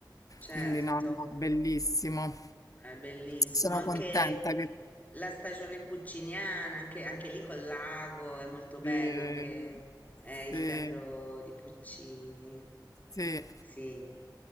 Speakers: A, on the left (about 20°); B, on the left (about 45°).
A: Certo.
B: Quindi no, no, bellissimo.
A: È bellissimo,
B: Sono
A: anche
B: contenta che
A: la stagione pucciniana, anche, anche lì col lago, è molto bello,
B: eh,
A: anche eh, il
B: sì,
A: teatro di Puccini.
B: sì,
A: Sì,